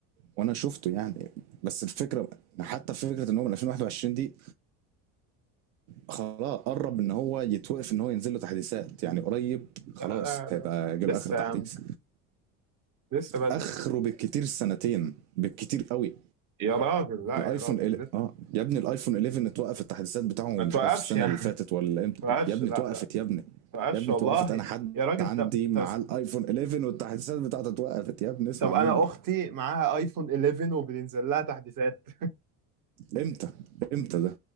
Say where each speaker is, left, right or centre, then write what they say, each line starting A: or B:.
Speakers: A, on the right (about 80°); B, on the right (about 50°).
A: وانا شفته يعني بس الفكرة حتى فكرة ان هو من 2021 دي خلاص قرب ان هو يتوقف ان هو ينزل له تحديثات يعني قريب خلاص
B: لا لا
A: هيبقى
B: لا
A: جه
B: لسه
A: له اخر تحديث
B: يا عم لسه بدري
A: اخره بالكتير سنتين بالكتير قوي
B: يا راجل لا
A: الايفون
B: يا راجل
A: ال...
B: لسه
A: اه يا ابني الايفون 11 اتوقف التحديثات بتاعه
B: ما
A: مش
B: توقفش
A: عارف السنه
B: يعني
A: اللي فاتت
B: <laughs> ما
A: ولا امتى
B: توقفش
A: يا ابني
B: لا لا
A: اتوقفت يا ابني
B: ما توقفش
A: يا ابني
B: والله
A: اتوقفت انا حد
B: يا راجل
A: عندي
B: طب
A: مع
B: طب
A: الايفون 11 والتحديثات بتاعته اتوقفت يا ابني اسمع
B: طب انا
A: مني
B: اختي معاها ايفون 11 وبينزل لها تحديثات
A: امتى امتى ده